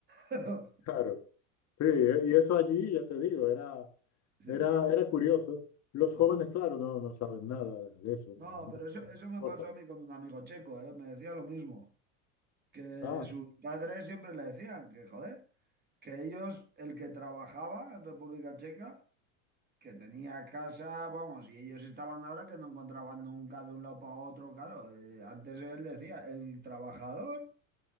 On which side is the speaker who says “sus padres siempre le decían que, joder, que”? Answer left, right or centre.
Right